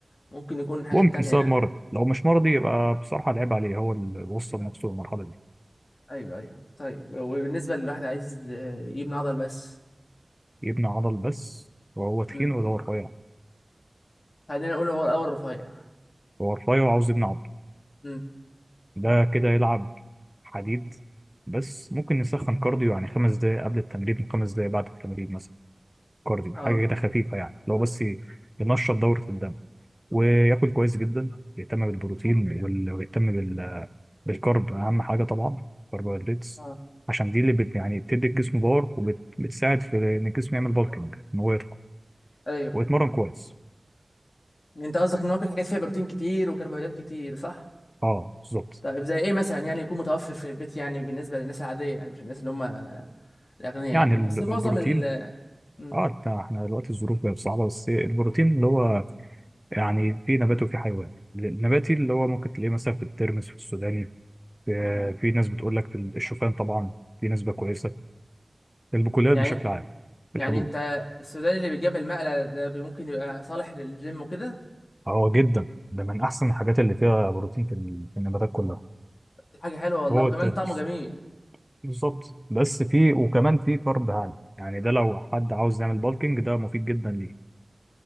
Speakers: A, on the left (about 70°); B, in the centre.
A: ممكن يكون حاجات
B: ممكن
A: تانية
B: سبب
A: يعني
B: مرضي لو مش مرضي يبقى بصراحه العيب عليه هو اللي وصل نفسه للمرحله دي
A: ايوه ايوه طيب وبالنسبه للواحد عايز يبني عضل بس
B: يبني عضل بس وهو تخين
A: امم
B: ولا هو رفيع
A: خلينا نقول هو الاول رفيع
B: هو رفيع وعاوز يبني عضل
A: امم
B: ده كده يلعب حديد بس ممكن يسخن كارديو يعني خمس دقايق قبل التمرين وخمس دقايق بعد التمرين مثلا كارديو
A: اه
B: حاجه كده خفيفه يعني لو بس ي- ينشط دوره الدم وياكل كويس جدا يهتم بالبروتين وال- ويهتم بالكرب اهم حاجه طبعا الكربوهيدرات
A: اه
B: عشان دي اللي بت يعني بتدي الجسم باور وبتساعد في ان الجسم يعمل بالكينج ان هو يضخم
A: ايوه
B: ويتمرن كويس
A: انت قصدك ان هو كل حاجات فيها بروتين كتير وكربوهيدرات كتير صح
B: اه بالظبط
A: طيب زي ايه مثلا يعني يكون متوفر في البيت يعني بالنسبه للناس العاديه يعني مش الناس اللي هم الاغنياء
B: يعني
A: يعني
B: ال-
A: اصل معظم
B: البروتين
A: ال مم.
B: اه إنت- احنا دلوقتي الظروف بقت صعبه بس البروتين اللي هو يعني في نبات وفي حيوان النباتي اللي هو ممكن تلاقيه مثلا في الترمس في السوداني في, في ناس بتقول لك في الشوفان طبعا في نسبه كويسه البقوليات
A: يعني
B: بشكل عام
A: يعني
B: الحبوب
A: انت السوداني اللي بيجيب المقلة ده بي- ممكن يبقى صالح للجيم وكده
B: اه جدا ده من احسن الحاجات اللي فيها بروتين في ال- في النباتات كلها
A: دي حاجه حلوه والله
B: هو
A: وكمان
B: الترمس
A: طعمه جميل
B: بالظبط بس في وكمان في كارب عالي يعني ده لو حد عاوز يعمل بالكينج ده مفيد جدا ليه